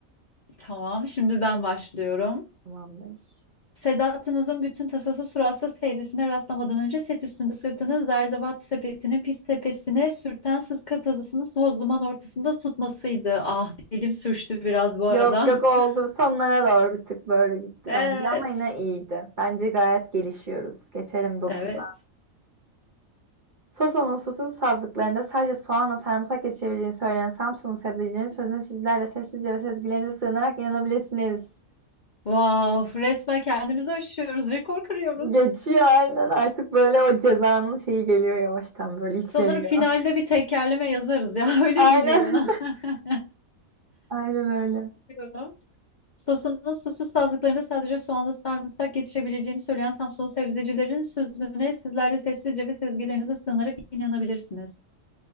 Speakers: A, on the left (about 45°); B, on the right (about 45°).
A: Tamam şimdi ben başlıyorum.
B: Tamamdır. Doğru.
A: Sedat'ınızın bütün tasası suratsız teyzesine rastlamadan önce set üstünde sırtını zerzevat sepetinin pis tepesine sürten sıska tazısını toz duman ortasında tutmasıydı. Ah dilim sürçtü biraz bu arada.
B: Yok yok oldu.
A: <laughs>
B: Sonlara doğru bir tık böyle gitti
A: Evet.
B: bence ama yine iyiydi. Bence gayet gelişiyoruz. Geçelim dokuz.
A: Evet.
B: Soson'un susuz sazlıklarında sadece soğanla sarımsak yetişebileceğini söyleyen Samsun'un sebzecinin sözüne sizler de sessizce ve sezgilerinize sığınarak inanabilirsiniz.
A: Wow, resmen kendimizi aşıyoruz, rekor kırıyoruz.
B: Geçiyor aynen artık böyle o cezanın şeyi geliyor yavaştan böyle yükleniyor.
A: Sanırım finalde bir tekerleme yazarız ya <laughs> öyle
B: Aynen.
A: geliyor bana. <laughs>
B: <laughs> Aynen öyle.
A: Diyorum. Sosunun susuz sazlıklarında sadece soğanla sarımsak yetişebileceğini söyleyen Samsunlu sebzecilerin sözüne sizler de sessizce ve sezgilerinize sığınarak inanabilirsiniz.